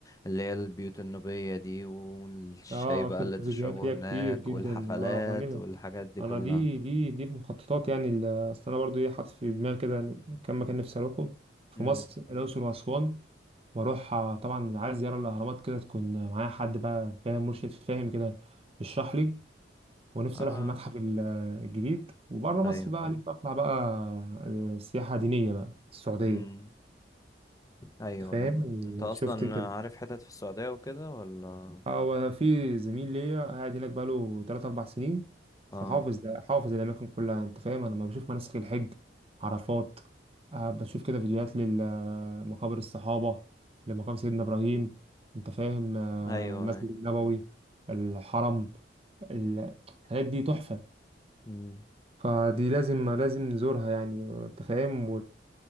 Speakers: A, on the left (about 20°); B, on the right (about 35°).
A: اللي هي البيوت النوبية دي والشاي
B: اه
A: بقى
B: شفت
A: اللي تشربه
B: فيديوهات ليها
A: هناك
B: كتير جدا
A: والحفلات
B: اه
A: والحاجات دي
B: انا
A: كلها
B: دي دي دي في مخططات يعني ال- اصل انا برضو ايه حاطط في دماغي كده كم مكان نفسي اروحه في
A: امم
B: مصر الاقصر واسوان واروح آه، طبعا عايز زياره الاهرامات كده تكون معايا حد بقى فاهم مرشد فاهم كده يشرح لي ونفسي
A: أنا
B: اروح المتحف ال- الجديد وبره مصر
A: أيوه
B: بقى
A: أيوه
B: نفسي اطلع بقى آه، سياحه دينيه بقى السعوديه
A: امم أيوه
B: أنت فاهم
A: أيوه أنت أصلا
B: شفت انت
A: عارف حتت في السعودية وكده ولا
B: اه وانا في زميل ليا قاعد هناك بقاله 3 4 سنين فحافظ
A: آه
B: ده حافظ الاماكن كلها انت فاهم انا لما بشوف مناسك الحج عرفات آه بشوف كده فيديوهات لمقابر الصحابه لمقام سيدنا ابراهيم انت فاهم آه
A: أيوه
B: المسجد
A: أيوه
B: النبوي الحرم ال- الحاجات دي تحفه
A: امم
B: فدي لازم لازم نزورها يعني انت فاهم